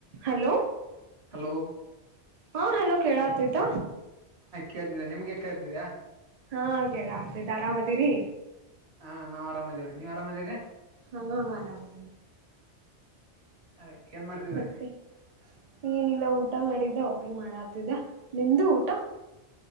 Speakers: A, on the right; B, on the right.
A: Hello
B: hello
A: ಹಾ hello ಕೇಳ ಆತಯತ
B: ಕೇದ್ದಿದ್ದ ನಿಮ್ಗೆ ಕೇದ್ದಿದೀಾ
A: ಹಾ ಕೇಳ ಆತತೆ ಆರಾಮದೀರಿ
B: ಹಾ ನಾವ್ ಆರಾಮದೇವ್ರೀ ನೀವ್ ಆರಾಮದಿರಿ
A: ಹಾ ಆರಾಮದ
B: ಅದೇ ಏನ್ ಮಾಡ್ತಿದ್ರಿ
A: ಮತ್ತೆ ಏನಿಲ್ಲ ಊಟ ಮಾಡಿದ್ದ ವಾಕಿಂಗ್ ಮಾಡತಿದ್ದ ನಿ್ದ ಊಟ